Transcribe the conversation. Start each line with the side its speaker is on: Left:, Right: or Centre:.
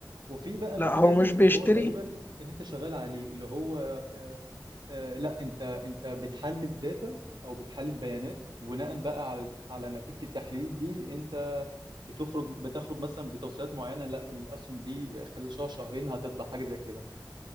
Right: وفي بقى نوع
Left: لا
Right: تاني
Left: هو مش بيشتري
Right: اللي هو تقريبا اللي انت شغال عليه اللي هو آه، آه، لا انت انت بتحلل داتا او بتحلل بيانات وبناء بقى على على نتيجة التحليل دي انت بتخرج بتخرج مثلا بتوصيات معينة لا الاسهم دي خلال شهر شهرين هتطلع حاجة زي كده